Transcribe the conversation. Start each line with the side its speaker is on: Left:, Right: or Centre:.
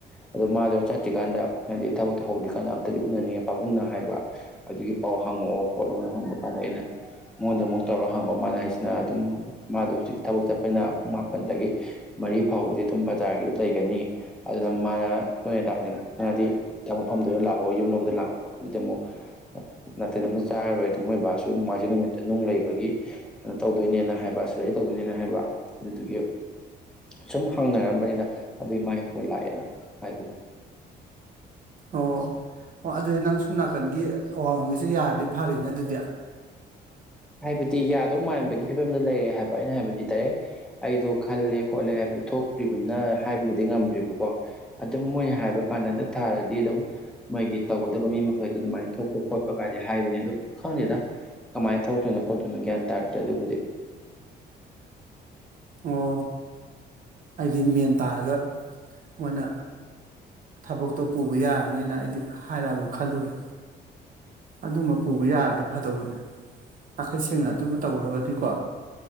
Centre: ꯑꯗꯣ ꯃꯥꯗꯣ ꯆꯠꯇ꯭ꯔꯤꯀꯥꯟꯗ ꯍꯥꯏꯗꯤ ꯊꯕꯛꯇꯣ ꯍꯧꯗ꯭ꯔꯤꯀꯥꯟꯗ ꯑꯝꯇꯗꯤ ꯎꯅꯅꯤꯡꯉꯦ ꯄꯥꯕꯨꯡꯅ ꯍꯥꯏꯕ ꯑꯗꯨꯒꯤ ꯄꯥꯎ ꯍꯪꯉꯛꯑꯣ ꯈꯣꯠꯂꯣꯅ ꯍꯪꯕ ꯀꯥꯟꯗ ꯑꯩꯅ ꯃꯉꯣꯟꯗ ꯑꯃꯨꯛ ꯇꯧꯔ ꯍꯪꯕ ꯃꯥꯅ ꯍꯥꯏꯁꯤꯅ ꯑꯗꯨꯝ ꯃꯥꯗꯣ ꯍꯨꯖꯤꯛ ꯊꯕꯛ ꯆꯠꯄꯅ ꯄꯨꯡ ꯃꯥꯄꯟꯗꯒꯤ ꯃꯔꯤ ꯐꯥꯎꯗꯤ ꯑꯗꯨꯝ ꯕꯖꯥꯔꯒꯤꯗ ꯂꯩꯒꯅꯤ ꯑ ꯑꯗꯨꯅ ꯃꯥꯅ ꯅꯣꯏꯅ ꯂꯥꯛꯅꯤꯡꯉꯗꯤ ꯊꯛ ꯃꯐꯝꯗ ꯂꯥꯛꯑꯣ ꯌꯨꯝ ꯂꯣꯝꯗ ꯂꯥꯛꯄ ꯈꯣꯠꯄꯗꯨꯗꯤ ꯑꯃꯨꯛ ꯅꯥꯇꯩꯗ ꯑꯃ ꯆꯥꯔꯔꯣꯏ ꯑꯗꯨ ꯃꯣꯏꯕꯥꯁꯨ ꯅꯨꯡꯉꯥꯏꯖꯤꯡ ꯅꯨꯃꯤꯠꯇ ꯅꯨꯡ ꯂꯩꯕꯒꯤ ꯀꯩꯅꯣ ꯇꯧꯗꯣꯏꯅꯦꯅ ꯍꯥꯏꯕꯁ ꯂꯩꯔꯤꯛꯇꯧꯗꯣꯏꯅꯤꯅ ꯍꯥꯏꯕ ꯑꯗꯨꯗꯨꯒꯤ ꯁꯨꯝ ꯍꯪꯅꯔꯝꯕꯅꯦꯗ ꯑꯗꯨꯏ ꯃꯥꯏ ꯐꯣꯟ ꯂꯥꯛꯑꯦꯅ ꯍꯥꯏꯕꯗꯣ
Right: ꯑꯣ ꯑꯣ ꯑꯗꯨꯗꯤ ꯅꯪ ꯁꯣꯝ ꯅꯥꯀꯟꯒꯤ ꯑꯋꯥꯡ ꯂꯨꯡꯒꯤꯁꯤ ꯌꯥꯔꯗꯤ ꯐꯔꯤꯅꯦ ꯑꯗꯨꯗꯤ
Centre: ꯍꯥꯏꯕꯗꯤ ꯌꯥꯗꯧ ꯃꯥꯟꯕꯒꯤ ꯐꯤꯕꯝꯗ ꯂꯩꯔꯦ ꯍꯥꯏꯕ ꯑꯩꯅ ꯍꯥꯏꯕꯗꯤ ꯗꯥꯏꯔꯦꯛ ꯑꯩꯗꯣ ꯈꯜꯂꯦ ꯈꯣꯠꯂꯦ ꯍꯥꯏꯕ ꯊꯣꯛꯇ꯭ꯔꯤꯕꯅꯤꯅ ꯍꯥꯏꯕꯕꯨꯗꯤ ꯉꯝꯗ꯭ꯔꯤꯕꯀꯣ ꯑꯗꯨꯝ ꯃꯣꯏꯅ ꯍꯥꯏꯕ ꯀꯥꯟꯗ ꯍꯟꯗꯛ ꯊꯥꯗꯗꯤ ꯑꯗꯨꯝ ꯃꯣꯏꯒꯤ ꯇꯧꯒꯗꯕ ꯃꯤ ꯃꯈꯩꯗꯨ ꯑꯗꯨꯃꯥꯏ ꯊꯣꯛꯄ ꯈꯣꯠꯄ ꯀꯥꯏꯗꯤ ꯍꯥꯏꯕꯅꯦ ꯑꯗꯨ ꯈꯪꯗꯦꯗ ꯀꯃꯥꯏ ꯊꯣꯛꯇꯨꯅꯣ ꯈꯣꯠꯇꯨꯅ ꯒ꯭ꯌꯥꯟ ꯇꯥꯗ꯭ꯔꯤꯗ ꯑꯗꯨꯕꯨꯗꯤ
Right: ꯑꯣ ꯑꯩꯗꯤ ꯃꯦꯟ ꯇꯥꯔꯒ ꯃꯣꯏꯅ ꯊꯕꯛꯇꯣ ꯄꯨꯕ ꯌꯥꯔꯅꯤꯅ ꯑꯩꯗꯤ ꯍꯥꯏꯔꯛꯑꯕ ꯈꯜꯂꯨꯔꯦ ꯑꯗꯨꯃ ꯄꯨꯕ ꯌꯥꯔꯗꯤ ꯐꯗꯧꯕꯅꯦ ꯅꯥꯈꯩ ꯁꯦꯡꯅ ꯑꯗꯨꯃ ꯇꯧꯈ꯭ꯔꯒꯗꯤꯀꯣ